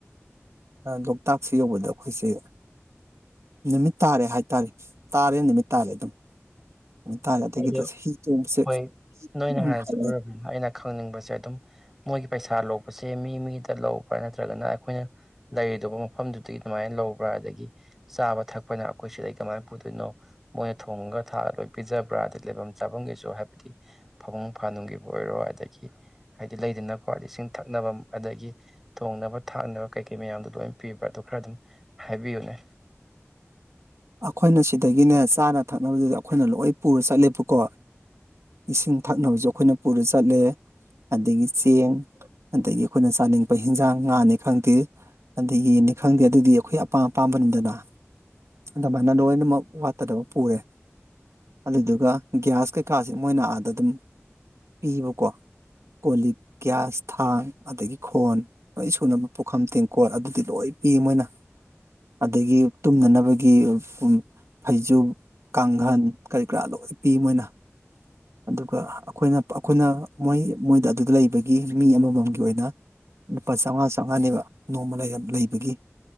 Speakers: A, on the right; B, in the centre.
A: ꯂꯣꯛꯇꯥꯛꯁꯦ ꯌꯧꯕꯗ ꯑꯩꯈꯣꯏꯁꯦ ꯅꯨꯃꯤꯠ ꯇꯥꯔꯦ ꯍꯥꯏꯇꯥꯔꯦ ꯇꯥꯔꯦ ꯅꯨꯃꯤꯠ ꯇꯥꯔꯦ ꯑꯗꯨꯝ ꯅꯨꯃꯤꯠ ꯇꯥꯔꯦ ꯑꯗꯒꯤꯗꯤ
B: ꯑ
A: ꯑꯁ ꯍꯤ ꯇꯣꯡꯕꯁꯦ
B: ꯍꯣꯏ ꯅꯣꯏꯅ
A: ꯑꯗꯨꯝ
B: ꯍꯥꯟꯅ
A: ꯍꯩꯅ
B: ꯆꯠꯂꯨꯔꯕꯅꯤꯅ ꯑꯩꯅ ꯈꯪꯅꯤꯡꯕꯁꯦ ꯑꯗꯨꯝ ꯃꯣꯏꯒꯤ ꯄꯩꯁꯥ ꯂꯣꯛꯄꯁꯦ ꯃꯤ ꯃꯤꯗ ꯂꯧꯕ꯭ꯔꯥ ꯅꯠꯇ꯭ꯔꯒꯅ ꯑꯩꯈꯣꯏꯅ ꯂꯩꯔꯗꯕ ꯃꯐꯝꯗꯨꯗꯒꯤ ꯑꯗꯨꯃꯥꯏꯅ ꯂꯧꯕ꯭ꯔꯥ ꯑꯗꯒꯤ ꯆꯥꯕ ꯊꯛꯄꯅ ꯑꯩꯈꯣꯏ ꯁꯤꯗꯩ ꯀꯃꯥꯏꯅ ꯄꯨꯗꯣꯏꯅꯣ ꯃꯣꯏꯅ ꯊꯣꯡꯉꯒ ꯊꯥꯛꯑꯒ ꯄꯤꯖ ꯄꯨꯔꯥ ꯂꯩꯐꯝ ꯆꯥꯐꯝꯒꯤꯁꯨ ꯍꯥꯏꯕꯗꯤ ꯐꯃꯨꯡ ꯐꯥꯅꯨꯡꯒꯤꯕꯨ ꯑꯣꯏꯔꯣ ꯑꯗꯒꯤ ꯍꯥꯏꯗꯤ ꯂꯩꯗꯅꯀꯣ ꯏꯁꯤꯡ ꯊꯛꯅꯕ ꯑꯗꯒꯤ ꯊꯣꯡꯅꯕ ꯊꯥꯛꯅꯕ ꯀꯩꯀꯩ ꯃꯌꯥꯝꯗꯣ ꯂꯣꯏꯅ ꯄꯤꯕ꯭ꯔꯥ ꯑꯗꯨ ꯈꯔ ꯑꯗꯨꯝ ꯍꯥꯏꯕꯤꯌꯨꯅꯦ
A: ꯑꯩꯈꯣꯏꯅ ꯁꯤꯗꯒꯤꯅꯦ ꯆꯥꯅ ꯊꯛꯅꯕꯗꯨꯗꯤ ꯑꯩꯈꯣꯏꯅ ꯂꯣꯏ ꯄꯨꯔ ꯆꯠꯂꯦꯕꯀꯣ ꯏꯁꯤꯡ ꯊꯛꯅꯕꯁꯨ ꯑꯩꯈꯣꯏꯅ ꯄꯨꯔ ꯆꯠꯂꯦ ꯑꯗꯒꯤ ꯆꯦꯡ ꯑꯗꯒꯤ ꯑꯩꯈꯣꯏꯅ ꯆꯥꯅꯤꯡꯄ ꯍꯤꯟꯖꯥꯡ ꯉꯥꯅꯤ ꯈꯪꯗꯦ ꯑꯗꯒꯤ ꯌꯦꯟꯅꯤ ꯈꯪꯗꯦ ꯑꯗꯨꯗꯤ ꯑꯩꯈꯣꯏ ꯑꯄꯥꯝ ꯑꯄꯥꯝꯕꯅꯤꯗꯅ ꯑꯗꯨꯃꯥꯏꯅ ꯂꯣꯏꯅꯃꯛ ꯋꯥꯠꯇꯗꯕ ꯄꯨꯔꯦ ꯑꯗꯨꯗꯨꯒ ꯒ꯭ꯌꯥꯁ ꯀꯩꯀꯥꯁꯦ ꯃꯣꯏꯅ ꯑꯥꯗ ꯑꯗꯨꯝ ꯄꯤꯕꯀꯣ ꯀꯣ ꯂꯤꯛ ꯒ꯭ꯌꯥꯁ ꯊꯥꯡ ꯑꯗꯒꯤ ꯈꯣꯟ ꯂꯣꯏ ꯁꯨꯅꯕ ꯄꯨꯈꯝ ꯇꯦꯡꯀꯣꯠ ꯑꯗꯨꯗꯤ ꯂꯣꯏ ꯄꯤ ꯃꯣꯏꯅ ꯑꯗꯒꯤ ꯇꯨꯝꯅꯅꯕ ꯒꯤ ꯎ ꯎꯝ ꯐꯩꯖꯨꯞ ꯀꯥꯡꯒꯟ ꯀꯔꯤ ꯀꯔꯥ ꯂꯣꯏ ꯄꯤ ꯃꯣꯏꯅ ꯑꯗꯨꯒ ꯑꯩꯈꯣꯏꯅ ꯑꯩꯈꯣꯏꯅ ꯃꯣꯏ ꯃꯣꯏꯗ ꯑꯗꯨꯗ ꯂꯩꯕꯒꯤ ꯃꯤ ꯑꯃꯃꯝꯒꯤ ꯑꯣꯏꯅ ꯂꯨꯄꯥ ꯆꯥꯝꯃꯉꯥ ꯆꯥꯝꯃꯉꯥꯅꯦꯕ ꯅꯣꯡꯃ ꯂꯩꯔ ꯂꯩꯕꯒꯤ